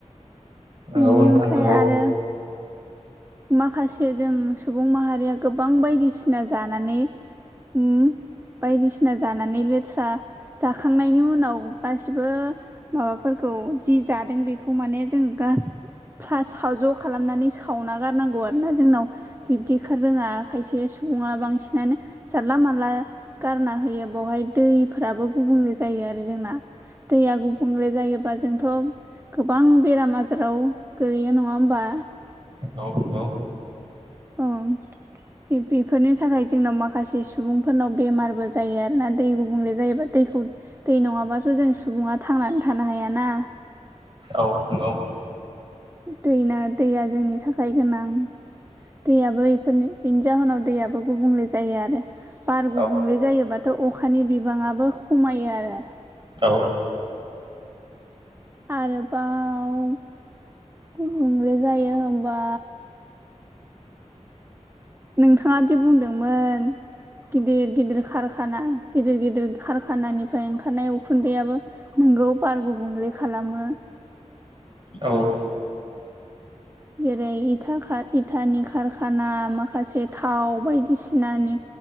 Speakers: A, on the right; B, on the right.
A: नंगौ
B: बेनि
A: नोंथां
B: ओमफ्राय
A: नंगौ
B: आरो माखासे जों सुबुं माहारिया गोबां बायदिसि बायदिसिना जानानै ओम बायदिसिना जानानै लेथ्रा जाखांनायनि उनाव गासिबो माबाफोरखौ जि जादों बेखौ माने जों गा फ्रा साव ज' खालामनानै सावना गारनांगौ आरो ना जोंनाव बिब्दिखौ रोङा खायसे सुबुङा बांसिनानो जानला मोनला गारना होयो बहाय दैफोराबो गुबुंले जायो आरो जोंना। दैया गुबुंले जायोबा जोंथ' गोबां बेराम आजाराव गोलैयो नङा होमबा?
A: औ हेलौ
B: ओं बेफोरनि थाखाय जोंनाव माखासे सुबुंफोरनाव बेमारबो जायो आरो ना दै गुबुंले जायोबा दैखौ दै नङाब्लाथ' जों सुबुङा थांनानै थानो हायाना।
A: औ नंगौ
B: दैना दैया जोंनि थाखाय गोनां। दैयाबो इफोरनि बेनि जाहोनाव दैयाबो गुबुंले जायो आरो बार गुबुंले
A: औ
B: जायोबाथ' अखानि बिबाङाबो खमायो आरो।
A: औ
B: आरोबाव गुबुंले जायो होमबा नोंथाङादि बुंदोंमोन गिदिर गिदिर खारखाना गिदिर गिदिर खारखानानिफ्राय ओंखारनाय उखुन्दैयाबो नोंगौ बार गुबुंले खालामो।
A: औ
B: जेरै इथा-इथानि कारखाना माखासे थाव बायदिसिनानि